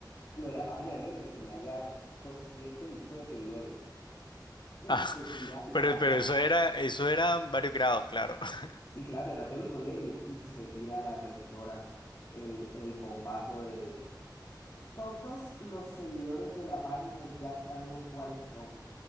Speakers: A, on the left (about 45°); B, on the left (about 85°).
A: lo de la página de memes que tenía ya doscientos y pico de seguidores. Y
B: Ah,
A: se
B: <laughs>
A: tira, y
B: pero,
A: la,
B: pero
A: la,
B: eso era, eso eran varios grados, claro. <laughs>
A: sí, claro, era todo el colegio, y se tira a la rectora el, el bombazo de todos los seguidores de la página ya sabemos cuáles son.